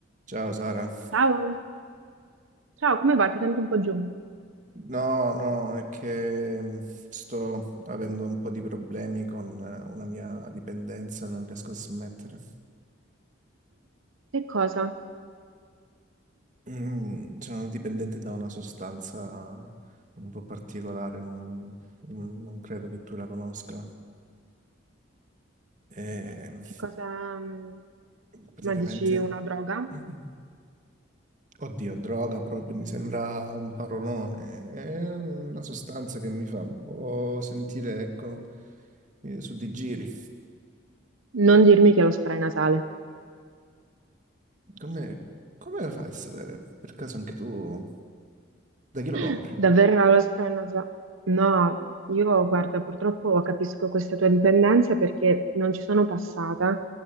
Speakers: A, on the right; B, on the right.
A: Ciao Sara,
B: Ciao, ciao, come va? Ti sento un po' giù. Mm.
A: no, no, è che mh, sto avendo un po' di problemi con eh, una mia dipendenza, non riesco a smettere.
B: Che cosa?
A: Mm, sono dipendente da una sostanza un po' particolare, non, non- non credo che tu la conosca. E, mh,
B: Che cosa? mm,
A: praticamente,
B: Ma dici una droga?
A: <clears throat> oddio, droga proprio, mi sembra un parolone, è una sostanza che mi fa un po' sentire, ecco, eh, su di giri.
B: Non dirmi che è lo spray nasale.
A: Come, come lo fai a sapere? Per caso anche tu, da chi lo
B: <gasps>
A: compri?
B: Davvero era lo spray nasale? No, io guarda, purtroppo capisco questa tua dipendenza perché non ci sono passata,